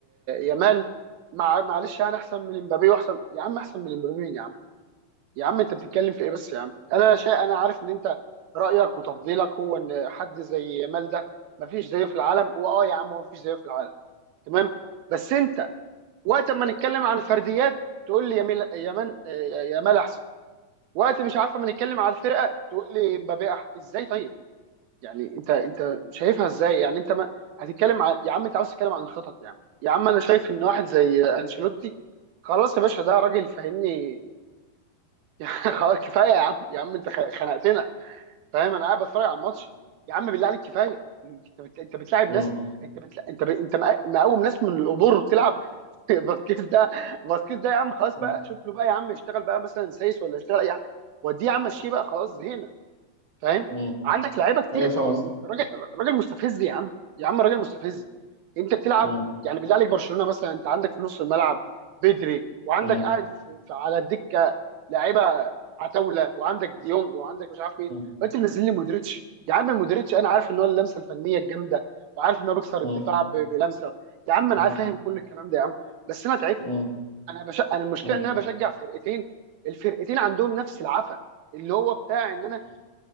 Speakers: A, on the right; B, on the right.
A: يامال مع معلش انا احسن من امبابي واحسن يا عم احسن من امبابي مين يا عم يا عم انت بتتكلم في ايه بس يا عم انا شيء انا عارف ان انت رايك وتفضيلك هو ان حد زي يامال ده مفيش زيه في العالم واه يا عم هو مفيش زيه في العالم تمام بس انت وقت ما نتكلم عن الفرديات تقول لي يامال يامال آه، يامال احسن وقت مش عارف ما نتكلم على الفرقه تقول لي مبابي احسن ازاي طيب يعني انت انت شايفها ازاي يعني انت ما هتتكلم عن يا عم انت عاوز تتكلم عن الخطط يا عم يا عم انا شايف ان واحد زي انشيلوتي خلاص يا باشا ده راجل فاهمني <laughs> يعني خلاص كفايه يا عم يا عم انت خ- خنقتنا فاهم انا قاعد بتفرج على الماتش
B: ده
A: يا عم بالله عليك كفايه انت بت... انت بتلاعب
B: مم.
A: ناس انت بتلا... انت ب... انت مق- مقوم ناس من القبور تلعب فاسكيز <laughs> ده فاسكيز ده يا عم خلاص
B: مم.
A: بقى شوف له بقى يا عم اشتغل بقى مثلا سايس ولا اشتغل اي حاجه وديه يا عم مشيه بقى خلاص زهقنا فاهم
B: مم.
A: عندك لعيبه كتير
B: ايوه فاهم قصدي
A: راجل راجل مستفز يا عم يا عم راجل مستفز
B: مم.
A: انت بتلعب
B: مم.
A: يعني بالله عليك برشلونه مثلا انت عندك في نص الملعب بدري وعندك
B: مم.
A: قاعد في في- على الدكه لعيبه عتاوله وعندك ديونج وعندك مش عارف ايه
B: مم.
A: وانت منزل لي مودريتش يا عم مودريتش انا عارف ان هو اللمسه الفنيه الجامده وعارف ان هو بيكسر
B: مم.
A: الدفاع ب- بلمسه يا عم انا
B: مم.
A: عارف فاهم كل الكلام ده يا عم بس انا تعبت
B: مم.
A: انا بش... انا المشكله
B: مم.
A: ان انا بشجع فرقتين الفرقتين عندهم نفس العفن اللي هو بتاع ان انا
B: مم.